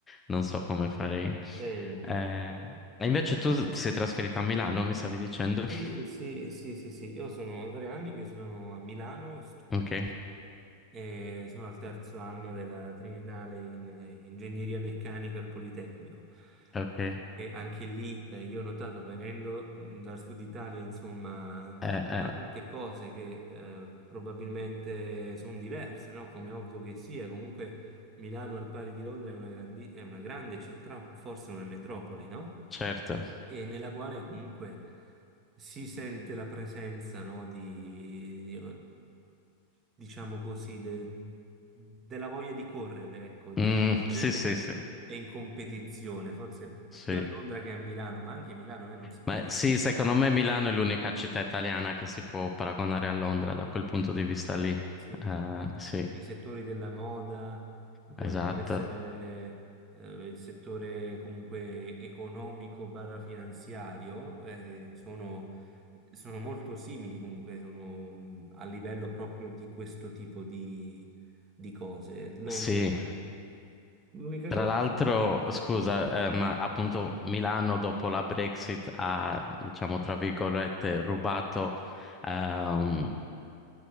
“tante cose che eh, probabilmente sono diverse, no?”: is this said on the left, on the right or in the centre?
Right